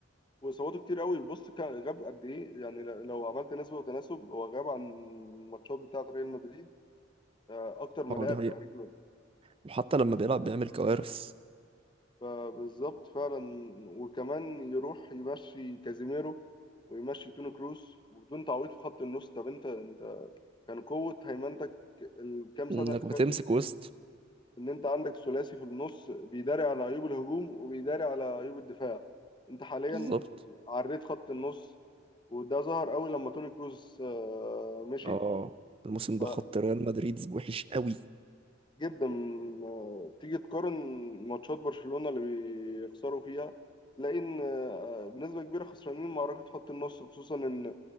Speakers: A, on the left (about 25°); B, on the right (about 30°).
A: واصاباته كتير قوي بص كان غاب قد ايه يعني ل- لو عملت نسبه وتناسب هو غاب عن الماتشات بتاعه ريال مدريد آه، اكتر ما
B: اه
A: لعب
B: دي حقيقة
A: تقريبا
B: وحتى لما بيلعب بيعمل كوارث
A: فبالظبط فعلا وكمان يروح يمشي كازيميرو ويمشي توني كروس وبدون تعويض في خط النص طب انت انت كان قوة هيمنتك الكام سنة
B: انك
A: اللي فاتوا
B: بتمسك وسط
A: إن أنت عندك ثلاثي في النص بيداري على عيوب الهجوم وبيداري على عيوب الدفاع أنت حاليا
B: بالظبط
A: عريت خط النص وده ظهر قوي لما توني كروز آه، مشي
B: اه الموسم ده
A: ف-
B: خط ريال مدريد وحش قوي
A: جدا آه، تيجي تقارن ماتشات برشلونة اللي بيخسروا فيها تلاقي إن آه، بنسبة كبيرة خسرانين معركة خط النص خصوصا إن